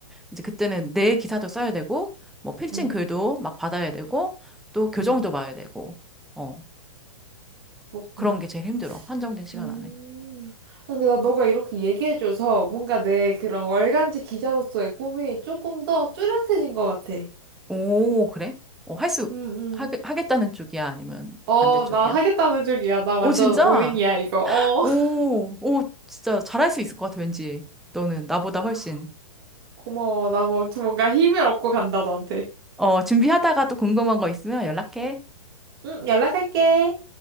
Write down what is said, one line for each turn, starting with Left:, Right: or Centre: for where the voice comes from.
Centre: 이제 그때는 내 기사도 써야 되고, 뭐 필칭
Right: 응.
Centre: 글도 막 받아야 되고, 또 교정도
Right: 음,
Centre: 봐야 되고, 어,
Right: 그렇구나.
Centre: 그런 게 제일 힘들어. 한정된 시간
Right: 음.
Centre: 안에.
Right: 근데 나 너가 이렇게 얘기해줘서 뭔가 내 그런 월간지 기자로서의 꿈이 조금 더 뚜렷해진 것 같아.
Centre: 오, 그래? 어, 할 수,
Right: 응,
Centre: 하, 하겠다는 쪽이야? 아니면
Right: 어,
Centre: 반대쪽이야?
Right: 나 하겠다는 쪽이야. 나 완전
Centre: 오, 진짜?
Right: 올인이야, 이거. 어.
Centre: 오,
Right: <laughs>
Centre: 오, 진짜 잘할 수 있을 것 같아, 왠지. 너는 나보다 훨씬.
Right: 아, 고마워. 나 뭐, 좀 뭔가 힘을 얻고 간다, 너한테.
Centre: 어, 준비하다가 또 궁금한 거 있으면 연락해.
Right: 응. 응, 연락할게.